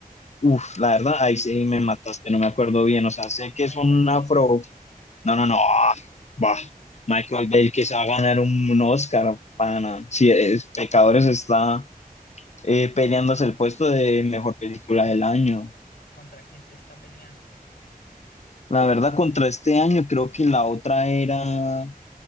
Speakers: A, on the left; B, on the left.
A: Uf, la verdad, ahí sí me mataste, no me acuerdo bien. O sea, sé que
B: ¿Michael
A: es un
B: Bay?
A: afro. No, no, no. ah, Bah, Michael Bell que se va a ganar un, un Oscar, pana. Si es, Pecadores está eh, peleándose el puesto de mejor película del año.
B: ¿Contra quién se está peleando?
A: La verdad, contra este año, creo que la otra era.